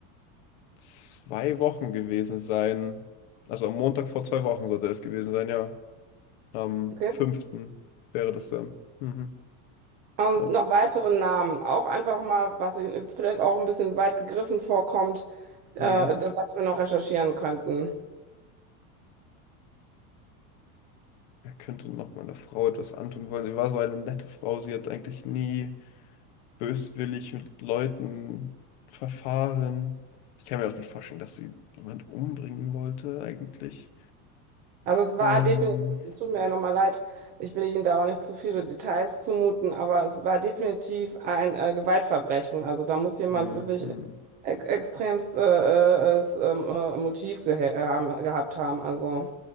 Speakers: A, on the left (about 45°); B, on the right (about 20°).
A: zwei Wochen gewesen sein. Also am Montag vor zwei Wochen sollte es gewesen sein, ja. Am
B: Okay.
A: fünften wäre das dann. Mhm.
B: Und
A: Ja.
B: noch weitere Namen, auch einfach mal, was Ihnen jetzt vielleicht auch ein bisschen weit gegriffen vorkommt, äh,
A: Mhm.
B: was wir noch recherchieren könnten.
A: Er könnte noch meiner Frau etwas antun wollen. Sie war so eine nette Frau. Sie hat eigentlich nie böswillig mit Leuten verfahren. Ich kann mir auch nicht vorstellen, dass sie jemand umbringen wollte, eigentlich.
B: Also es war
A: Ähm,
B: definitiv, es tut mir ja nochmal leid, ich will Ihnen da auch nicht zu viele Details zumuten, aber es war definitiv ein äh, Gewaltverbrechen. Also da muss jemand
A: hm,
B: wirklich
A: hm,
B: e extremst äh, äh, es, ähm, äh, Motiv gehe äh, haben, gehabt haben. Also